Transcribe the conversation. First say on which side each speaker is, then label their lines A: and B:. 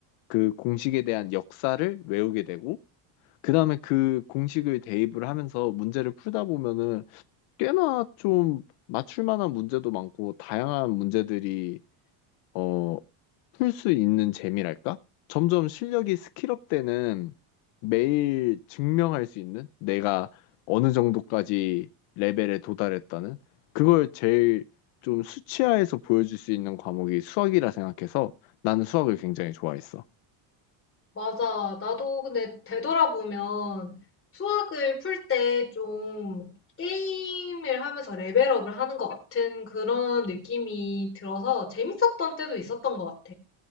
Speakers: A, on the left; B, on the left.
A: 그 공식에 대한 역사를 외우게 되고 그 다음에 그 공식을 대입을 하면서 문제를 풀다 보면은 꽤나 좀 맞출 만한 문제도 많고 다양한 문제들이 어, 풀 수 있는 재미랄까? 점점 실력이 스킬업 되는 매일 증명할 수 있는 내가 어느 정도까지 레벨에 도달했다는 그걸 제일 좀 수치화해서 보여줄 수 있는 과목이 수학이라 생각해서 나는 수학을 굉장히 좋아했어.
B: 맞아. 나도 근데 되돌아보면 수학을 풀 때 좀 게임을 하면서 레벨업을 하는 것 같은 그런 느낌이 들어서 재밌었던 때도 있었던 것 같아.